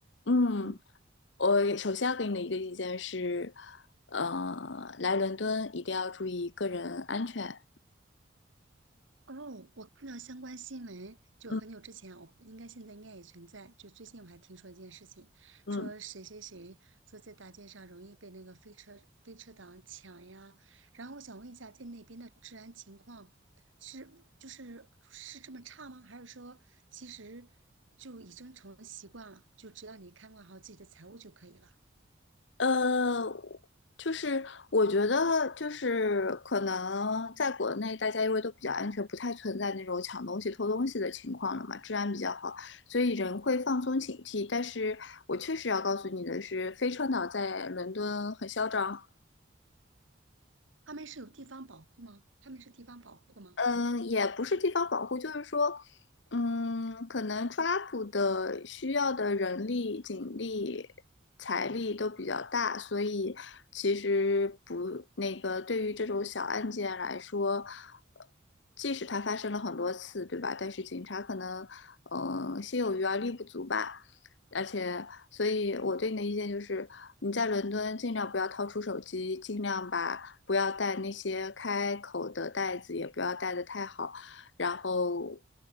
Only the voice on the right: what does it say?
嗯
哦，我看到相关新闻，就很久之前，
我应该现在应该也存在。就最近我还听说一件事情，
说谁谁谁说在大街上容易被那个飞车飞车党抢呀。然后我想问一下，在那边的治安情况是就是是这么差吗？还是说其实就已经成了习惯了，就只要你看管好自己的财物就可以了？
他们是有地方保护吗？他们是地方保护的吗？